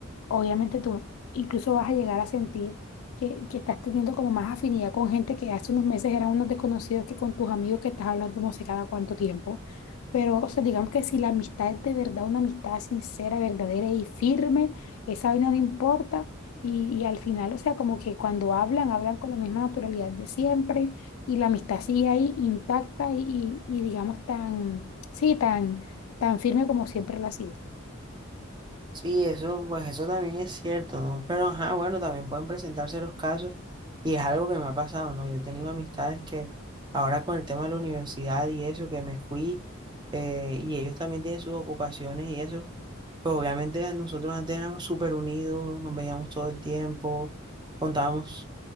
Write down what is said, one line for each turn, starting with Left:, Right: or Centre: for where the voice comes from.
Left: obviamente tú incluso vas a llegar a sentir que, que estás teniendo como más afinidad con gente que hace unos meses eran unos desconocidos que con tus amigos que estás hablando no sé cada cuánto tiempo. Pero, o sea, digamos que si la amistad es de verdad una amistad sincera, verdadera y firme, esa vaina no importa. Y, y al final, o sea, como que cuando hablan, hablan con la misma naturalidad de siempre y la amistad sigue ahí intacta y, y y digamos tan, sí, tan, tan firme como siempre lo ha sido.
Right: Sí, eso, pues eso también es cierto, ¿no? Pero, ajá, bueno, también pueden presentarse los casos y es algo que me ha pasado, ¿no? Yo he tenido amistades que ahora con el tema de la universidad y eso, que me fui eh, y ellos también tienen sus ocupaciones y eso, pues obviamente nosotros antes éramos súper unidos, nos veíamos todo el tiempo, contábamos